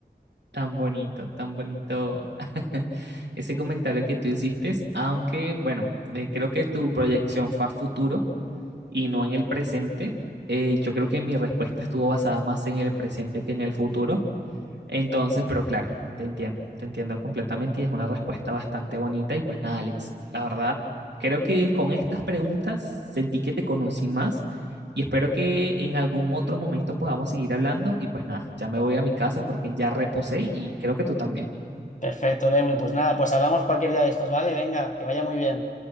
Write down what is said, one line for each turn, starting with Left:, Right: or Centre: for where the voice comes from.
Right: Tan bonito, tan bonito <laughs> ese comentario que tú hiciste, aunque bueno, eh, creo que tu proyección fue a futuro y no en el presente. Eh, yo creo que mi respuesta estuvo basada más en el presente que en el futuro, Entonces, pero claro, te entiendo, te entiendo completamente y es una respuesta bastante bonita. Y pues nada, Alex, la verdad, creo que con estas preguntas sentí que te conocí más y espero que en algún otro momento podamos seguir hablando. Y pues nada, ya me voy a mi casa porque ya reposé y creo que tú también.
Left: Perfecto, Lewin. Pues nada, pues hablamos cualquier día de estos, ¿vale? Venga, que vaya muy bien.